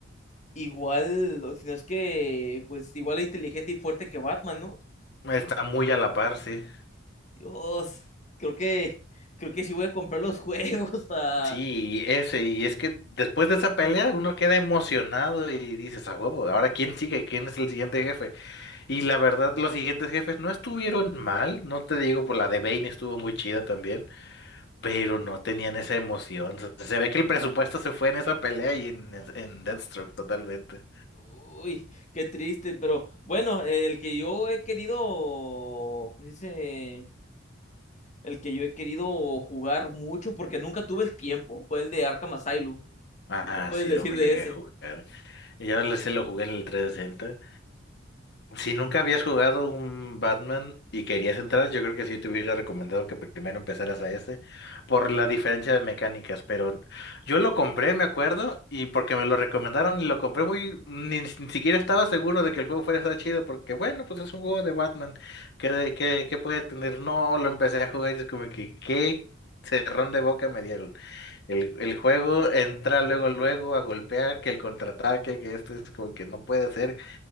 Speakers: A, on the left (about 40°); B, on the left (about 60°).
A: igual, o si no es que, pues igual de inteligente y fuerte que Batman, ¿no?
B: está muy a la par, sí.
A: Dios, creo que, creo que sí voy a comprar los juegos. <laughs> ah.
B: Sí, y ese, y es que después de esa pelea uno queda emocionado y dices, a huevo, ahora quién sigue, quién es el siguiente jefe. Y la verdad, los siguientes jefes no estuvieron mal, no te digo, por la de Bane estuvo muy chida también, pero no tenían esa emoción. Se, se ve que el presupuesto se fue en esa pelea y en, en Deathstroke totalmente.
A: Uy, qué triste, pero bueno, el que yo he querido, ¿cómo se dice? El que yo he querido jugar mucho porque nunca tuve el tiempo fue el de Arkham Asylum.
B: Ah,
A: ¿Qué me puedes
B: sí,
A: decir
B: luego llegué
A: de ese?
B: a jugar. Y ahora se lo jugué en el 360. Si nunca habías jugado un Batman y querías entrar, yo creo que sí te hubiera recomendado que primero empezaras a ese, por la diferencia de mecánicas, pero yo lo compré, me acuerdo, y porque me lo recomendaron y lo compré muy, ni, ni siquiera estaba seguro de que el juego fuera a estar chido, porque bueno, pues es un juego de Batman, ¿qué, de- qué, qué puede tener? No, lo empecé a jugar y es como que, ¿qué cerrón de boca me dieron? El, el juego entra luego, luego a golpear, que el contraataque, que esto es como que no puede ser